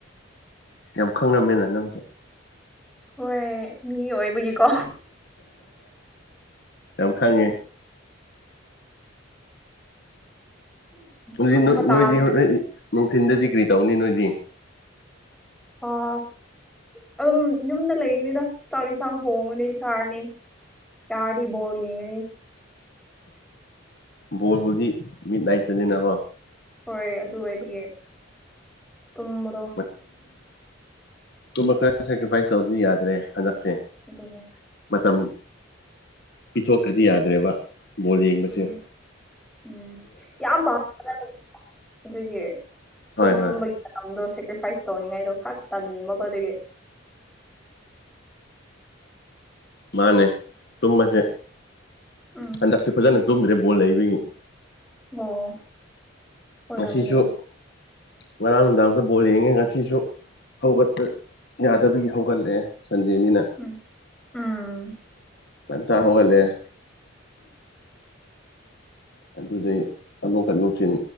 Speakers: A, on the left (about 50°); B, in the centre.
A: ꯌꯥꯝ ꯈꯪꯔꯝꯃꯦꯅ ꯅꯪꯁꯨ꯫
B: ꯍꯣꯏ ꯃꯤ ꯑꯣꯏꯕꯒꯤꯀꯣ
A: ꯌꯥꯝ ꯈꯪꯉꯦ ꯑꯗꯨꯗꯤ
B: ꯈꯪꯕ
A: ꯅꯣꯏ
B: ꯇꯥꯕꯅꯦ
A: ꯅꯣꯏꯗꯤ ꯍꯣ ꯔꯦꯟ ꯅꯨꯡꯊꯤꯟꯗꯗꯤ ꯀꯔꯤ ꯇꯧꯅꯤ ꯅꯣꯏꯗꯤ꯫ <inaudible>
B: ꯑꯥ ꯑꯗꯨꯝ ꯌꯨꯝꯗ ꯂꯩꯒꯅꯤꯗ ꯆꯥꯛ ꯌꯦꯟꯁꯥꯡ ꯊꯣꯡꯉꯅꯤ ꯆꯥꯔꯅꯤ ꯆꯔꯗꯤ ꯕꯣꯜ ꯌꯦꯡꯒꯅꯤ
A: ꯕꯣꯜꯕꯨꯗꯤ ꯃꯤꯠ ꯅꯥꯏꯠ ꯇꯅꯤꯅꯀꯣ
B: ꯍꯣꯏ ꯑꯗꯨ ꯑꯣꯏꯕꯒꯤ ꯇꯨꯝꯕꯗꯣ
A: <inaudible> ꯇꯨꯝꯕ ꯈꯔ ꯁ‌ꯦꯀ꯭ꯔꯤꯐꯥꯏꯁ ꯇꯧꯗ꯭ꯔꯥꯗꯤ ꯌꯥꯗꯔꯦ ꯍꯟꯗꯛꯁꯦ ꯫
B: ꯑꯗꯨꯅ‌ꯦ
A: ꯃꯇꯝ ꯄꯤꯊꯣꯛꯇꯗꯤ ꯌꯥꯗ꯭ꯔꯦꯕ ꯕꯣꯜ ꯌꯦꯡꯕꯁꯦ
B: ꯎꯝ
A: ꯫
B: ꯎꯝ ꯌꯥꯝ ꯄꯥꯝ <unintelligible> ꯑꯗꯨꯒꯤ ꯇꯨꯝꯕꯒꯤ
A: ꯍꯣꯏ ꯍꯣꯏ
B: ꯃꯇꯝꯗꯣ ꯁꯦꯀ꯭ꯔꯤꯐꯥꯏꯁ ꯇꯧꯅꯤꯡꯉꯥꯏꯗꯣ ꯈꯛ ꯇꯟꯕꯀ‌ꯣ ꯑꯗꯨꯒꯤ ꯫
A: ꯃꯥꯅꯦ ꯇꯨꯝꯕꯁꯦ
B: ꯎꯝ
A: ꯍꯟꯗꯛꯁꯦ ꯐꯖꯅ ꯇꯨꯝꯗ꯭ꯔꯦ ꯕꯣꯜ ꯂꯩꯕꯒꯤ ꯫
B: ꯑꯣ ꯑꯣꯏꯔꯝꯒꯅꯤ
A: ꯉꯁꯤꯁꯨ ꯉꯔꯥꯡ ꯅꯨꯡꯗꯥꯡꯁꯨ ꯕꯣꯜ ꯌꯦꯡꯉꯦ ꯉꯁꯤꯁꯨ ꯍꯧꯒꯠꯄ ꯌꯥꯗꯕꯒꯤ ꯍꯧꯒꯠꯂꯛꯑꯦ ꯁꯟꯗꯦꯅꯤꯅ ꯫
B: ꯎꯝ ꯎꯝ
A: ꯉꯧꯇꯥ ꯍ‌ꯧꯒꯠꯂꯦ ꯫ ꯑꯗꯨꯗꯩ ꯑꯗꯨꯨꯛꯀꯥ ꯅꯨꯡꯊꯤꯟ